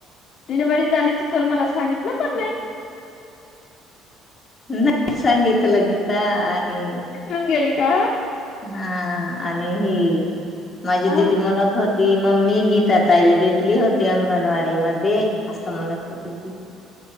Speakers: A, on the left; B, on the left.
A: डिलिव्ही झालीच तर मला सांगितलं पण नाही.
B: नाही सांगीितलं गीता आणि
A: च रंग्याली का?
B: हा आणि ही माझी
A: हा
B: दिदी म्हणत होत. ती मम्मी गीता ताई भेटली होती अंगणवाडी मध्ये असं म्हणत होती ती